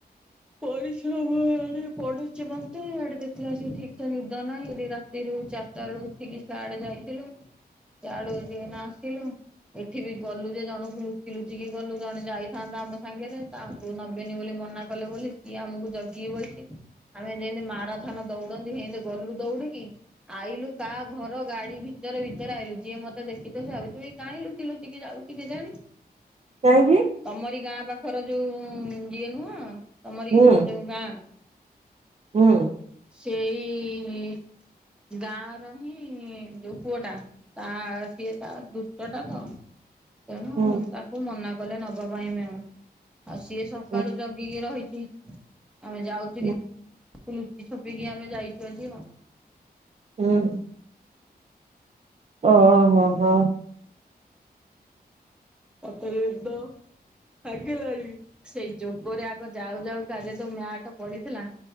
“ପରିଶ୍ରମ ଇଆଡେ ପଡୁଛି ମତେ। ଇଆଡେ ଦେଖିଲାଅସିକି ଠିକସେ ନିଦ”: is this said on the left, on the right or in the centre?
Centre